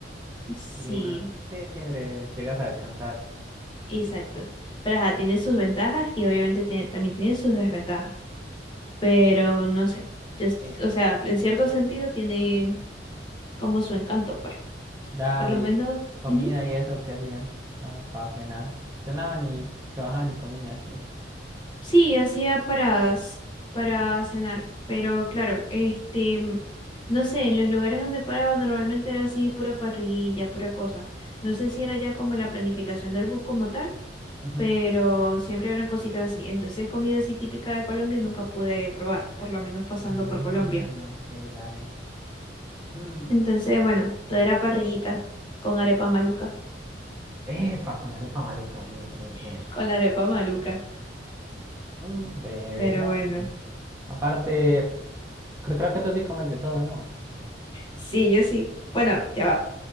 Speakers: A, on the left; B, on the right.
A: sí,
B: Y más, sí, sí, breve, llegas a descansar.
A: exacto. Pero ajá, tiene sus ventajas y obviamente tiene- también tiene sus desventajas. Pero no sé, yo s-
B: Eh,
A: o sea, en cierto sentido tiene como su encanto, pues.
B: dale,
A: Por lo menos,
B: y comida
A: ujú.
B: y eso que hacían para frenar. Frenaban y se bajaban y comían y así.
A: Sí, hacía paradas para cenar, pero claro, este, m- no sé, en los lugares donde paraba normalmente era así pura parrilla, pura cosa. No sé si era ya como la planificación del bus como tal,
B: Ujú.
A: pero siempre eran cositas así. Entonces, comida así típica de Colombia nunca pude probar, por lo menos pasando
B: Ah,
A: por Colombia.
B: ok, dale. Mm,
A: Entonces, bueno, todo era parrillita con arepa maluca,
B: Epa, con la arepa maluca, bien, bien,
A: <laughs>
B: bien.
A: con la arepa maluca,
B: Mm, breve,
A: pero
B: no.
A: bueno.
B: sí. Aparte, cre- creo que tú sí comes de todo, ¿no?
A: Sí, yo sí. Bueno, ya va.